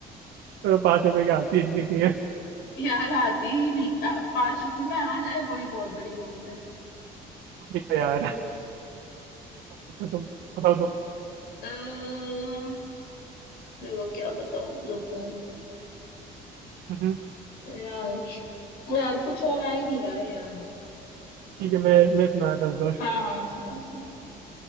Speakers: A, on the right; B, on the left.
A: तो पाँच रुपए की आती इतनी सी है <laughs>
B: यार आती ही नहीं पांच रुपए में आ जाए वही बहुत बड़ी बात
A: ठीक है यार
B: है
A: अच्छा तुम बताओ तुम
B: अम्म, देखो क्या बताऊं रुको
A: हम्म,
B: यार यार कुछ और आ ही नहीं रहा है याद
A: ठीक है मैं मैं सुना रहा था दोस्त
B: हाँ हाँ सुनाओ सुनाओ